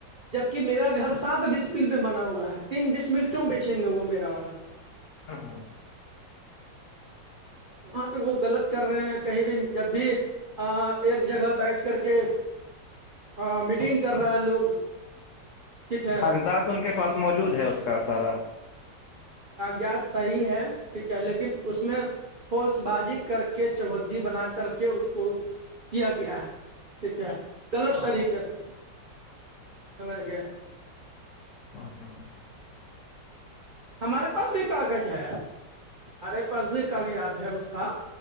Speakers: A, on the right; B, on the left.
A: جبک میرا گھر سات ڈسمل میں بنا ہوا ہے تین ڈسمل کیوں بیچیں گے وہ میرا والا
B: ہاں ہاں
A: وہاں پہ وہ غلط کر رہے ہیں کہیں بھی جب بھی ایک جگہ بیٹھ کر کے ہاں میٹنگ کر رہا ہے لوگ ٹھیک ہے
B: کاغذات ان کے پاس موجود ہے اس کا سارا
A: کاغذات صحیح ہے ٹھیک ہے لیکن اس میں ہولس بازی کر کے چودی بنا کر کے اس کو کیا گیا ہے ٹ کیا ہے گلط طریقے سے سج گ
B: ہاں ہاں
A: ہمارے پاس بھی کاغذ ہے ہمارے پاس بھی کاغذات ہے اس کا